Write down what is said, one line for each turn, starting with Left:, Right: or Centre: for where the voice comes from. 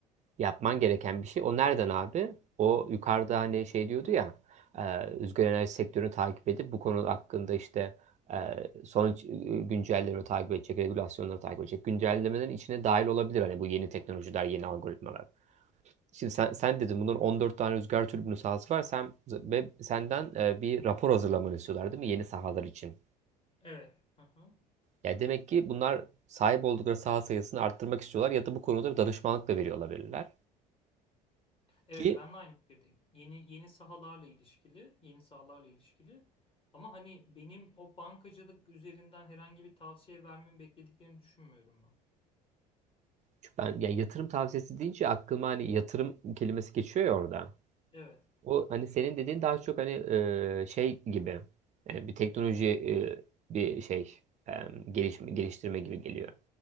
Right: yapman gereken bir şey. O nereden abi? O yukarıda hani şey diyordu ya, e, rüzgar enerji sektörünü takip edip bu konu hakkında işte e, son e, güncellemeleri takip edecek, regülasyonları takip edecek. Güncellemelerin içine dahil olabilir hani bu yeni teknolojiler, yeni algoritmalar. Şimdi sen, sen dedin bunun 14 tane rüzgar türbini sahası var. Sen ve senden e, bir rapor hazırlamanı istiyorlar değil mi? Yeni sahalar için.
Left: Evet. Hı hı.
Right: Yani demek ki bunlar sahip oldukları saha sayısını arttırmak istiyorlar ya da bu konuda bir danışmanlık da veriyor olabilirler.
Left: Evet
Right: Ki
Left: ben de aynı fikirdeyim. Yeni yeni sahalarla ilişkili, yeni sahalarla ilişkili. Ama hani benim o bankacılık üzerinden herhangi bir tavsiye vermemi beklediklerini düşünmüyorum ben.
Right: Çünkü ben yani yatırım tavsiyesi deyince aklıma hani yatırım kelimesi geçiyor ya orada.
Left: Evet.
Right: O hani senin dediğin daha çok hani e, şey gibi yani bir teknoloji e, bir şey e, gelişme, geliştirme gibi geliyor.